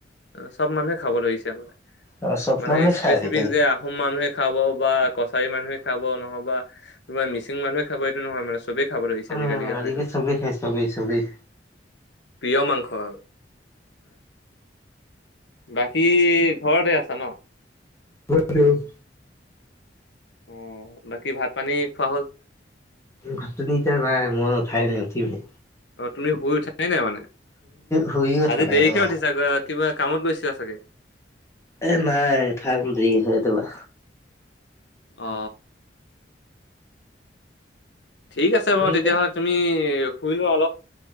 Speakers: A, on the left; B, on the left.
A: চব মানুহে খাব ধৰিছে মানে,
B: আৰু চব
A: মানে
B: মানুহে
A: স্পেচিফিক
B: খাই আজিকালি।
A: যে আহোম মানুহে খাব বা কছাৰী মানুহে খাব নহবা কিবা মিচিং মানুহে খাব এইটো নহয় মানে চবেই খাব লাগিছে
B: উম,
A: আজিকালি গাহৰিটো।
B: চবেই খাই চবেই চবেই।
A: প্ৰিয় মাংস আৰু। বাকী ঘৰতে আছা ন?
B: ঘৰতে অহ।
A: অ বাকী ভাত পানী খোৱা হ'ল।
B: ঘত টু দি ইতিয়া বাই মই উঠাই নাই উঠিম হে।
A: অ তুমি শুই উঠাই নাই মানে?
B: শুইয়ে উঠা
A: আজি
B: নাই
A: দেৰিকে
B: মই
A: উঠিছা
B: অ'।
A: গত কিবা কামত গৈছা চাগে।
B: এ নাই ঠা কন দেৰি হয় এত বা
A: অ। ঠিক আছে
B: তুমি
A: বাৰু তেতিয়াহ'লে
B: এতিয়া
A: তুমি শুই লোৱা অলপ।